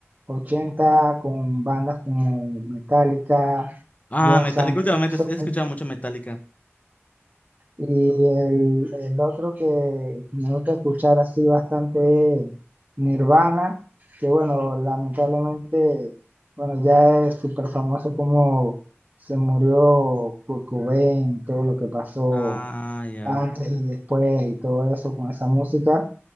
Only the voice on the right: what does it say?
80 con bandas como Metallica,
Guns
N'
Roses.
Y el, el otro que me gusta escuchar así bastante es Nirvana, que bueno, lamentablemente, bueno, ya es súper famoso como se murió Kurt Cobain, todo lo que pasó
antes y después y todo eso con esa música.